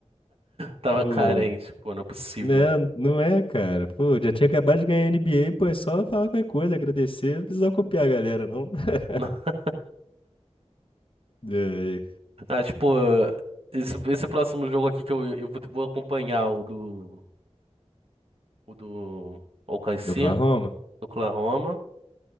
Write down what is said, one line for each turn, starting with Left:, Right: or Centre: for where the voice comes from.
Right: Tava
Left: Pô,
Right: carente, pô, não é possível.
Left: né, não é, cara. Pô, já tinha acabado de ganhar NBA, pô, é só falar qualquer coisa, agradecer, não precisa copiar a galera, não. <laughs>
Right: <laughs>
Left: E aí,
Right: Ah, tipo, esse, esse próximo jogo aqui que eu, eu vou vou acompanhar o do, o do OKC,
Left: do Oklahoma?
Right: do Oklahoma,